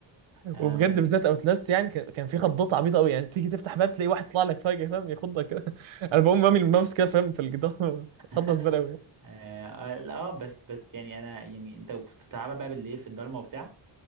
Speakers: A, on the right (about 45°); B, on the right (about 85°).
A: آه
B: وبجد بالذات اوتلاست يعني كان كان في خضات عبيطه قوي يعني تيجي تفتح باب تلاقي واحد طلع لك فجاه فاهم يخضك كده <laughs> انا بقوم رامي الماوس كده فاهم في الجدار
A: <laughs>
B: <laughs> خضه زباله قوي
A: آه, آه, آه بس بس يعني أنا يعني أنت بتلعبها بقى بالليل في الضلمة وبتاع